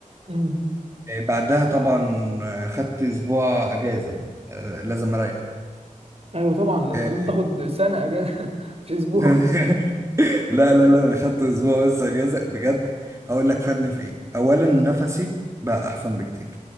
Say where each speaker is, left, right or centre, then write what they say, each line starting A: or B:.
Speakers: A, on the right; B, on the right.
A: أمم.
B: آه، بعدها طبعا آه، خدت اسبوع اجازه آه، لازم اريح
A: أيوه طبعا أنت
B: آه،
A: لازم تاخد سنة أجازة <laughs> مش أسبوع
B: <laughs> لا لا لا انا خدت اسبوع بس اجازه بجد هقول لك فادني في ايه اولا نفسي بقى احسن بكتير